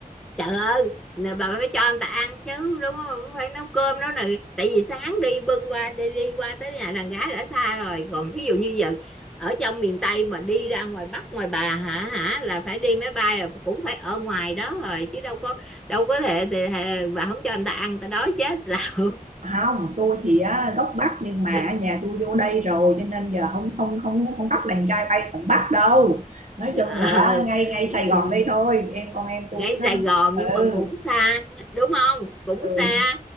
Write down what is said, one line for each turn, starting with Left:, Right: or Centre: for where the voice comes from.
Centre: Trời ơi, nè bà phải cho anh ta ăn chứ đúng không? Phải nấu cơm nấu này, tại vì sáng đi bưng qua đi, đi qua tới nhà đàn gái đã xa rồi. Còn thí dụ như giờ ở trong miền Tây mà đi ra ngoài Bắc ngoài bà hả hả là phải đi máy bay là cũng phải ở ngoài đó rồi chứ đâu có đâu có thể, thể, thể bà không cho anh ta ăn ta đói chết sao?
Right: không tôi thì á, gốc Bắc nhưng mà
Centre: <laughs>
Right: nhà tôi vô đây rồi cho nên giờ không không không không bắt đàn trai bay tận Bắc đâu nói
Centre: Ờ.
Right: chung là ngay ngay
Centre: ừ,
Right: Sài Gòn
Centre: ừ.
Right: đây thôi em con em tôi
Centre: ngay
Right: nó
Centre: Sài Gòn nhưng mà
Right: ừ,
Centre: cũng xa đúng không cũng
Right: ừ
Centre: xa